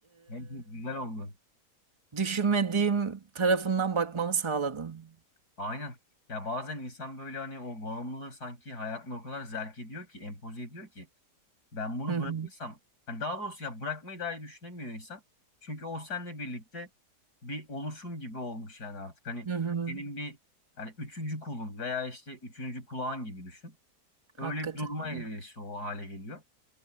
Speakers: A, on the left; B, on the right.
A: Bence güzel oldu.
B: Düşünmediğim tarafından bakmamı sağladın.
A: Aynen. Ya bazen insan böyle hani o bağımlılığı sanki hayatına o kadar zerk ediyor ki, empoze ediyor ki. Ben bunu
B: Hı
A: bırakırsam,
B: hı.
A: hani daha doğrusu ya bırakmayı dahi düşünemiyor insan. Çünkü o seninle birlikte bir oluşum gibi olmuş yani artık. Hani
B: Hı hı.
A: senin bir yani üçüncü kolun veya işte üçüncü kulağın gibi düşün. Öyle
B: Hakikaten
A: bir duruma elverişli
B: öyle.
A: o hale geliyor.